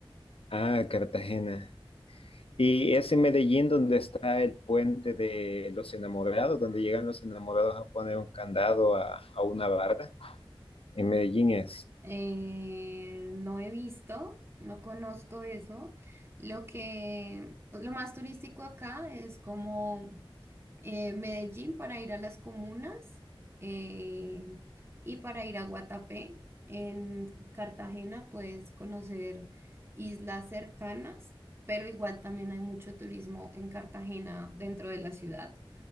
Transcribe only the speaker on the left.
ah, Cartagena. Y es en Medellín donde está el puente de los enamorados, donde llegan los enamorados a poner un candado a, a una barda. En Medellín es.